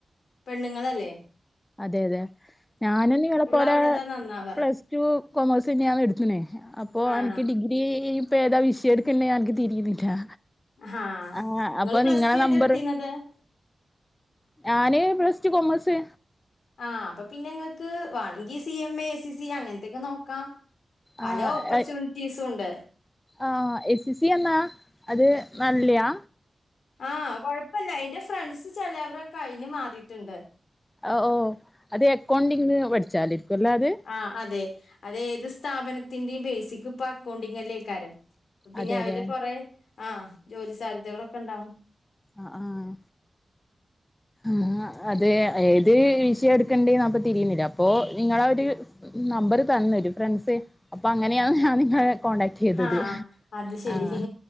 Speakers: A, on the left; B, on the left.
A: പെണ്ണ്ങ്ങളല്ലേ
B: അതെ അതെ ഞാനും നിങ്ങളെ പോലെ
A: ആവ്ണതാ നന്നാവാ
B: പ്ലസ്ടു കൊമേസെന്നെയാണ് ഇട്ത്ത്ണേ അപ്പോ
A: ആഹ്
B: അനക്ക് ഡിഗി ടിയേ ഇപ്പേതാ വിഷയട്ക്ക്ന്നെ അൻക്ക് തിരിയ്ന്നില്ലാ
A: ഹാ
B: ആഹ്
A: ഇങ്ങള്
B: അപ്പൊ
A: പ്ലസ്
B: നിങ്ങളെ
A: ടു
B: നമ്പറ്
A: ഏതാ ഇട്ത്തീന്നത്
B: ഞാന് പ്ലസ്റ്റു കാെമേസ്
A: ആഹ് അപ്പൊ പിന്നെ ഇങ്ങെക്ക് വാണെങ്കി C M A, A C C അങ്ങൻത്തെക്കെ നോക്കാം പല
B: ആഹ്
A: ഓപ്പർചൂൺറ്റീസൂണ്ട്
B: ആഹ് എസ്സ് സ്സി എന്നാ അത് നല്ല്യാ
A: ആഹ് കൊഴ്പ്പല്ലാ ഇൻ്റെ ഫ്രണ്ട്സ് ചെലവ്‌രൊക്കെ അയ്ന് മാറീട്ട്ണ്ട്
B: അഹ് ഓഹ് അത് എക്കൗണ്ടിങ്ങ് പഠ്ച്ചാലേര്ക്കുംല്ലത്
A: ആഹ് അതെ അത് ഏത് സ്ഥാപനത്തിന്റിം ബേസിക്ക് പ്പം അക്കൗണ്ടിങ്ങെല്ലെയ്ക്കാരം പ്പ പിന്നെ
B: അതെ
A: അയ്ല്
B: അതെ
A: കൊറേ ആഹ് ജോലി സാധ്യതകളൊക്കെണ്ടാവും
B: ആഹ് ആഹ് ആഹ് അതെ ഏത് വിഷെയാട്ക്കെണ്ട്യേന്ന് അപ്പ തിരീണില്ലാ അപ്പൊ നിങ്ങളാ ഒര് നമ്പറ് തന്ന് ഒര് ഫ്രണ്ട്സ് അപ്പൊ അങ്ങനെയാണ് ഞാൻ നിങ്ങളെ കോണ്ടാക്ട് ചെയ്തത്
A: ആഹ് അത് ശരി
B: ആഹ്